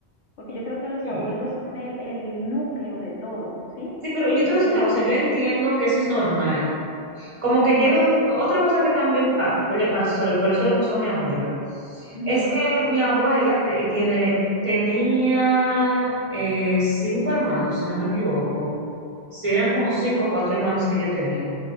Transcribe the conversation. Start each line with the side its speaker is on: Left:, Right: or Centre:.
Left: porque yo creo que los
Right: Sí.
Left: abuelos son el, el núcleo de todo, ¿sí?
Right: Sí, pero yo te voy a decir
Left: Eh,
Right: una cosa, yo entiendo que eso es normal. Como
Left: sí,
Right: que llega un punto, otra cosa que también pa- le pasó, le- pero eso le pasó a mi abuela,
Left: ujú,
Right: es que mi abuela te- tiene, tenía eh, cinco hermanos, si no me equivoco. Si eran como
Left: Sí,
Right: cinco o cuatro hermanos que ella tenía.